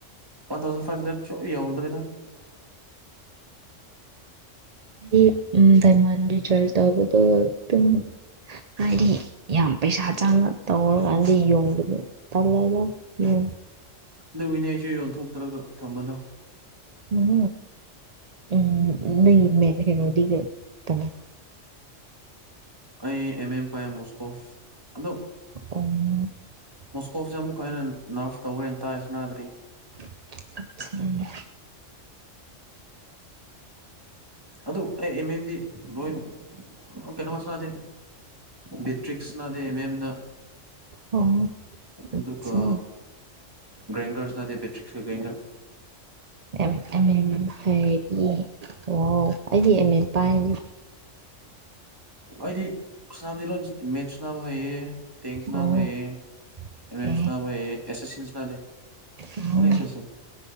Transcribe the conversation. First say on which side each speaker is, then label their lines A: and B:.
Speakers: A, on the right; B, on the right.
A: ꯋꯥꯟ ꯊꯥꯎꯖꯟ ꯐꯥꯏꯚ ꯍꯟꯗꯔ‌ꯦꯠ ꯁꯨꯠ ꯌꯧ ꯌꯧꯗ꯭ꯔ‌ꯦꯗ
B: ꯑꯩ ꯗꯥꯏꯃꯟ ꯔꯤꯆꯥꯔꯖ ꯇꯧꯕꯗꯣ ꯑꯗꯨꯝ ꯍꯥꯏꯗꯤ ꯌꯥꯝ ꯄꯩꯁꯥ ꯆꯥꯡꯅ ꯇꯧꯔꯒꯥꯟꯗ ꯌꯣꯟ ꯇꯜꯂ‌ꯦꯗ ꯎꯝ
A: ꯑꯗꯨꯒꯤꯅꯦ ꯑꯩꯁꯨ ꯌꯣꯟꯊꯣꯛꯇ꯭ꯔꯒ ꯊꯝꯕꯗ‌ꯣ
B: ꯎꯝ ꯎꯝ ꯅꯪꯒꯤ ꯃꯦ ꯀꯩꯅ‌ꯣꯗꯤ ꯀꯅꯥ
A: ꯑꯩ ꯑꯦꯝ ꯑꯦꯝ ꯄꯥꯏ ꯃꯣꯁꯀꯣꯚ ꯑꯗꯣ
B: <unintelligible>
A: ꯃꯣꯁꯀꯣꯞꯁꯦ ꯑꯃꯨꯛꯀ ꯍꯟꯅ ꯅꯔꯐ ꯇꯧꯈ꯭ꯔꯦꯅ ꯇꯥꯏ ꯁꯅꯥꯗ꯭ꯔꯤ
B: <unintelligible>
A: ꯑꯗꯨ ꯑꯩ ꯑꯦꯝ ꯑꯦꯝꯗꯤ ꯂꯣꯏ ꯀꯩꯅꯣ ꯁꯅꯗꯦ ꯕꯦꯇ꯭ꯔꯤꯛꯁꯅꯥꯗ ꯑꯦꯝ‌ ꯑ‌ꯦꯝ ꯗ
B: ꯑꯣ ꯑꯠꯆꯥ
A: ꯑꯗꯨꯒ ꯒꯔ‌ꯦ꯭ꯡꯒꯔ ꯁꯅꯗ‌ꯦ ꯕꯦꯇ꯭ꯔꯤꯛꯁꯀ ꯒꯔꯦ꯭ꯡꯒꯔ
B: ꯑ ꯑꯦꯝ ꯑꯦꯝ ꯍꯩꯔꯤ ꯋꯥꯎ ꯑꯩꯗꯤ ꯑꯦ ꯃꯤꯠ ꯄꯥꯏꯅꯤ
A: ꯑꯩꯗꯤ ꯁꯅꯥꯟꯗꯤ ꯂꯣꯏꯟ ꯃꯦꯠꯁ ꯁꯟꯕ ꯍꯩꯌꯦ ꯇꯦꯡ ꯁꯥꯅꯕꯥ
B: ꯑꯥ
A: ꯍꯩꯌ‌ꯦ ꯑꯦꯝ
B: ꯑꯣꯀꯦ
A: ꯑꯦꯝꯁ ꯁꯅꯕ ꯍꯩꯌ‌ꯦ ꯑ‌ꯦꯁꯥꯁꯤꯟꯁ ꯄꯥꯏꯗ‌ꯦ
B: ꯎꯝ
A: ꯑ‌ꯣꯟꯂꯤ ꯑ‌ꯦꯁꯥꯁꯤꯟꯁ